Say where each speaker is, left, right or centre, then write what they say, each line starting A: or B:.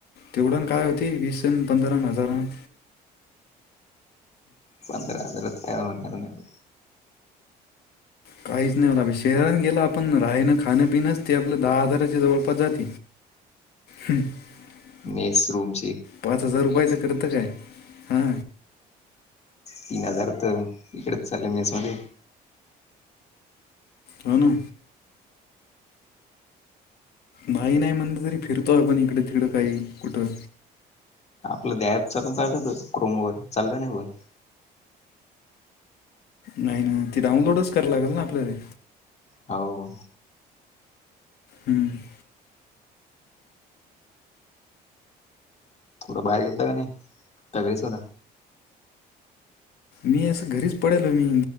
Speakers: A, on the left (about 70°); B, on the left (about 40°).
A: तेवढण काय होते वीस अन् पंधरा हजारा न.
B: पंधरा हजारात काय होणार आहे.
A: काहीच नाही होणार. शहरात गेला आपण राहाणं खाणपिनच ते आपलं दहाजाराचे जवळपास जाते. हम्म. <inaudible>
B: मेस, रूमची
A: पाच हजार रुपयाचं करतं काय? हा.
B: तीन हजार तर इकडेच चालले मेस मध्ये.
A: हाऊ ना. नाही नाही म्हणत तरी फिरतोय पण इकडे तिकडं काही कुठं
B: तुला द ॲप चालून पाहिलं त क्रोम वर चाललं नाही पण.
A: नाही नाही ती डाउनलोडच कराय लागल ना आपल्याला.
B: हाव.
A: हम्म. <inaudible>
B: थोडं बाहेर गेलता का नाही का घरीच होता?
A: मी अस घरीच पडेलो मी